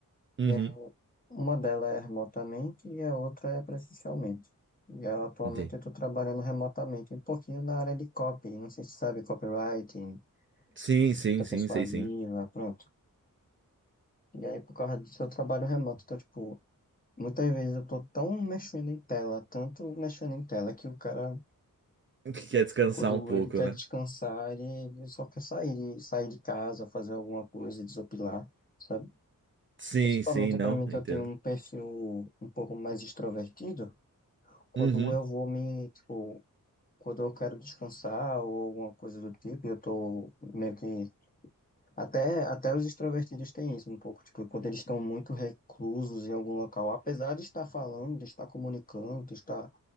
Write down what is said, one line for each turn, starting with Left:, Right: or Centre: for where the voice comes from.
Right: Uhum,
Left: E aí, uma delas é remotamente e a outra é presencialmente. E eu, atualmente
Right: entendi.
Left: eu estou trabalhando remotamente, um pouquinho na área de copy, não sei se sabe, copywriting,
Right: Sim, sim,
Left: escrita
Right: sim,
Left: persuasiva,
Right: sei sim.
Left: pronto. E aí, por causa disso, eu trabalho remoto, então, tipo, Muitas vezes eu tô tão mexendo em tela, tanto mexendo em tela, que o cara,
Right: <laughs> Que quer descansar
Left: quando
Right: um pouco,
Left: ele quer
Right: né?
Left: descansar, ele, ele só quer sair, de- sair de casa, fazer alguma coisa, desopilar, sabe?
Right: Sim,
Left: Principalmente
Right: sim, não,
Left: pra mim,
Right: entendo.
Left: que eu tenho um perfil um pouco mais extrovertido, quando
Right: Uhum,
Left: eu vou me, tipo, quando eu quero descansar ou alguma coisa do tipo, eu tô meio que. Até, até os extrovertidos têm isso um pouco, tipo, quando eles estão muito reclusos em algum local, apesar de estar falando, de estar comunicando, de estar